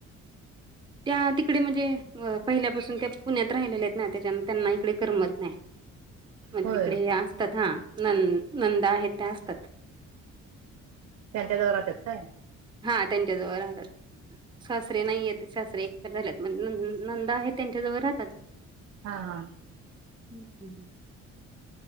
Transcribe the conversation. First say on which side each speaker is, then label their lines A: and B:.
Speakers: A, on the right; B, on the right.
A: त्या तिकडे म्हणजे पहिल्यापासून ते पुण्यात राहिलेले आहेत ना त्याच्या त्यांना इकडे करमत नाही मग
B: होय
A: तिकडे हे असतात हा न नंद आहेत त्या असतात
B: त्यांच्याजवळ राहतात काय?
A: हा त्यांच्याजवळ राहतात सासरे नाहीयेत सासरे एक्सपायर झालेत म नंदा आहे त्यांच्याजवळ राहतात
B: हा हा
A: ह ह